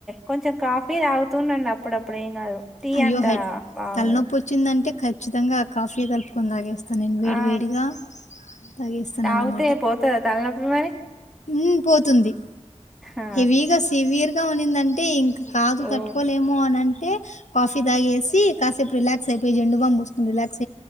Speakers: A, in the centre; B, on the left (about 85°).
A: కొంచెం కాఫీ దాగుత్ తుండండి అప్పుడుప్పుడు ఏం కాదు, టీ
B: అయ్యో
A: అంతా
B: హై
A: బాగోద్
B: తలనొప్పి వచ్చిందంటే ఖచ్చితంగా కాఫీ యే కలుపుకొని తాగేస్ త నేన్ వేడి
A: ఆ
B: వేడిగా తాగేస్తానన్నమాట.
A: తాగితే పోతదా తలనొప్పి మరి
B: ఉహ్ పోతుంది
A: ఆ
B: హెవీగా సివియర్గా ఉన్నిందన్ టీ ఇంక్ కాదు
A: ఓ
B: కట్ ట్టుకోలేము అన్ అంటే కాఫి దాగేసి కాసేపు రిలాక్స్ అయిపోయి, జండు బమ్ బూస్ రిలాక్స్